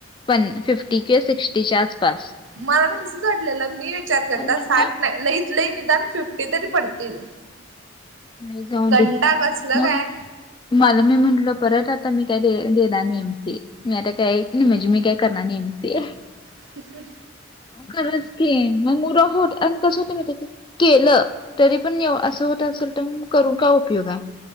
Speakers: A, on the left (about 25°); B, on the right (about 85°).
A: पण फिफ्टी किंवा सिक्स्टीच्या आसपास.
B: मला पण तसच वाटलेलं मी विचार करता
A: म्हटलं,
B: साठ नाही <inaudible> ल <inaudible> कलं निदान फिफ्टी तरी पडतील,
A: नाही जाऊन
B: घंटा
A: दे
B: कसल
A: मग
B: काय.
A: मला मी म्हटलो परत आता मी काय देणार <inaudible> नि एमसी <inaudible> <inaudible> म त काय निमजे मी काय करणार <inaudible> नि <inaudible> एमी
B: <inaudible> ह
A: खरच की <inaudible> म मुड ऑफ होत आणि कसं होत <inaudible> मी त्याची केलं तरी पण असं होत असेल तर करू का उपयोग आहे.